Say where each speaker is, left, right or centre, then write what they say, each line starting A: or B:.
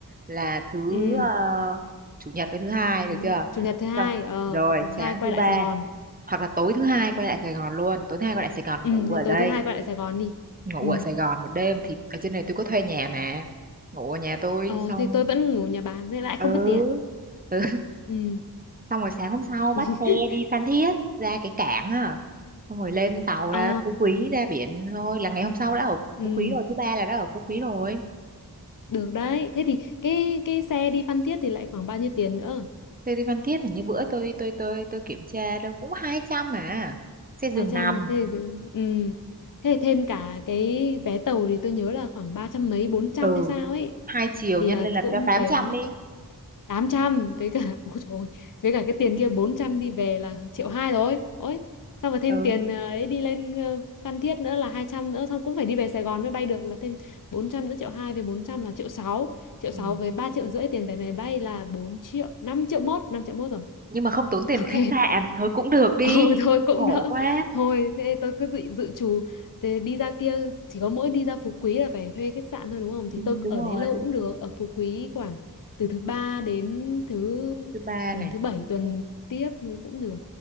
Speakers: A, on the right (about 25°); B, on the left (about 55°).
A: là thứ
B: ừ
A: ờ, chủ nhật với thứ hai
B: thứ
A: được chưa
B: chủ nhật thứ hai
A: xong
B: ờ
A: rồi
B: thì thứ
A: sáng
B: hai quay
A: thứ
B: lại
A: ba
B: Sài Gòn
A: hoặc là tối thứ hai quay lại Sài Gòn luôn tối thứ hai quay lại Sài Gòn
B: ừ
A: ngủ
B: thì
A: ở
B: tối
A: đây
B: thứ hai quay lại Sài Gòn đi
A: ngủ
B: ừ
A: ở Sài Gòn một đêm thì ở trên này tôi có thuê nhà mà ngủ ở nhà tôi
B: ờ
A: xong
B: thì tôi vẫn ngủ nhà bà nên lại
A: ừ
B: không mất tiền
A: ừ,
B: ừ
A: xong rồi sáng hôm sau bắt
B: <laughs>
A: xe đi Phan Thiết ra cái cảng à xong rồi lên tàu ra
B: ờ
A: Phú Quý ra biển thôi là ngày hôm sau đã ở
B: ừ
A: Phú Quý rồi thứ ba là đã ở Phú Quý rồi
B: được đấy thế thì cái cái xe đi Phan Thiết thì lại khoảng bao nhiêu tiền nữa
A: xe đi Phan Thiết là như bữa tôi tôi tôi tôi kiểm tra đâu cũng 200 mà xe giường
B: hai trăm,
A: nằm
B: thế thì- ừ thế thì thêm cả cái vé tàu thì tôi nhớ là khoảng ba trăm mấy bốn trăm
A: ừ
B: hay sao ấy
A: hai chiều
B: thì
A: nhân
B: là
A: lên là
B: cũng
A: cho tám
B: phải
A: trăm
B: mất
A: đi
B: tám trăm với cả <laughs> ôi trời ơi, với cả cái tiền kia 400 đi về là triệu hai rồi ôi xong rồi thêm
A: ừ.
B: tiền ờ, ấy đi lên ờ, Phan Thiết nữa là 200 nữa xong cũng phải đi về Sài Gòn mới bay được là thêm 400 nữa triệu hai với 400 là triệu sáu triệu sáu
A: ừ
B: với 3 triệu rưỡi tiền vé máy bay là bốn triệu năm triệu mốt 5 triệu mốt rồi
A: nhưng mà không tốn tiền
B: <laughs> ok
A: khách sạn thôi cũng được
B: <laughs>
A: đi
B: Ừ thôi cũng
A: khổ
B: đỡ
A: quá
B: Thôi thế tôi cứ dự, dự trù thế Đi ra kia chỉ có mỗi đi ra Phú Quý là phải thuê khách sạn thôi đúng không
A: ừ,
B: Thì tôi
A: đúng
B: ở
A: rồi
B: đấy lâu cũng được Ở Phú Quý khoảng từ thứ ba đến thứ
A: thứ ba
B: Đến
A: này
B: thứ bảy
A: thứ
B: tuần
A: tư,
B: tiếp thì cũng được